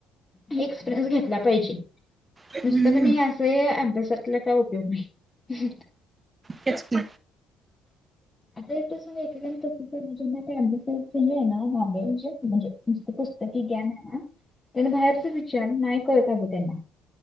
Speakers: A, on the left; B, on the right.
A: मी इक्सपीरींस घेतला पायजे,
B: हम्म
A: नुसतं हे आपल्या सारख्याला काय उपयोग नाही. <unintelligible>
B: तेच की
A: ते कसं ऐकेकांना अभ्यासाचं हे आहे ना नॉलेज म्हणजे नुसतं पुस्तकी ज्ञान आहे ना, तर बाहेरचं विचार नाही कळत अगं त्याला,